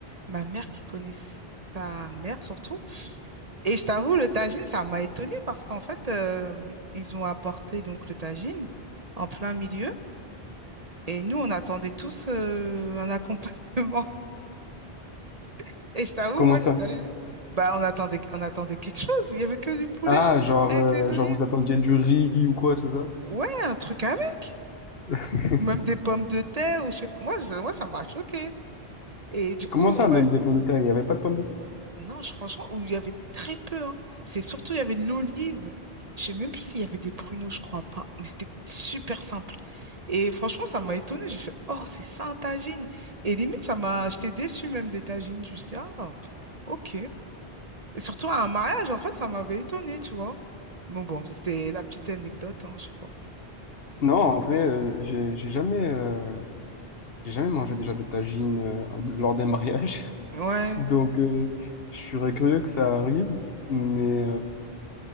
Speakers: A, on the right; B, on the left.
A: ma mère qui connaît sa mère, surtout. Et je t'avoue, le tagine, ça m'a étonnée parce qu'en fait, euh, ils ont apporté donc le tagine en plein milieu. Et nous, on attendait tous euh, un accompagnement. <laughs> Et je t'avoue,
B: Comment
A: moi,
B: ça?
A: le tagine, bah, on attendait, on attendait quelque chose. Il n'y avait que du poulet
B: Ah, genre,
A: avec
B: euh,
A: les olives.
B: genre vous attendiez du riz ou quoi, c'est ça?
A: Ouais, un truc avec.
B: <laughs>
A: Ou Même des pommes de terre, ou je sais pas. Moi, ça- moi, ça m'a choqué. Et du coup,
B: Comment ça,
A: on m'a-
B: même des pommes de terre? Il n'y avait pas de pommes de terre?
A: non, je- franchement, où il y avait très peu. hein. C'est surtout, il y avait de l'olive. Je sais même plus s'il y avait des pruneaux, je crois pas. Mais c'était super simple. Et franchement, ça m'a étonnée. J'ai fait, oh, c'est ça un tagine. Et limite, ça m'a. J'étais déçue même des tagines. Je me suis dit, ah, pff, ok. Et surtout à un mariage, en fait, ça m'avait étonnée, tu vois. Bon, bon, c'était la petite anecdote, hein, je sais pas.
B: Non, en vrai, euh, j'ai j'ai jamais, euh, j'ai jamais mangé déjà de tagine euh, lors d'un mariage. <laughs>
A: Ouais,
B: Donc, euh, je serais curieux que ça arrive. Mais euh,